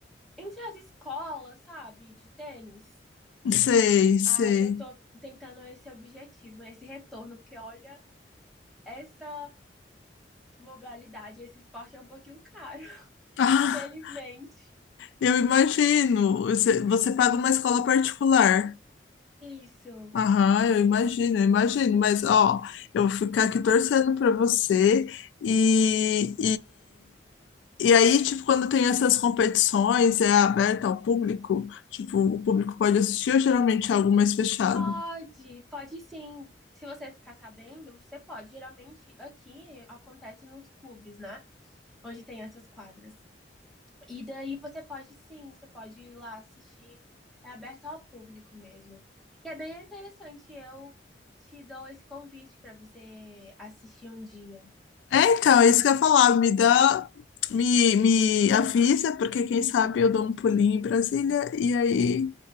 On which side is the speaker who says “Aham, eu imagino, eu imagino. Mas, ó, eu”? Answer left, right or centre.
Left